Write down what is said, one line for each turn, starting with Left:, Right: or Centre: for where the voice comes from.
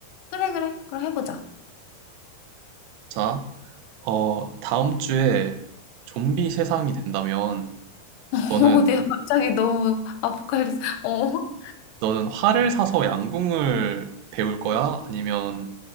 Left: 그래, 그래. 그럼 해보자.
Right: 자, 어, 다음 주에 좀비 세상이 된다면
Left: <laughs>
Right: 너는,
Left: 어, 내가 갑자기 너무 아포칼립스. 어?
Right: 너는 활을 사서 양궁을 배울 거야? 아니면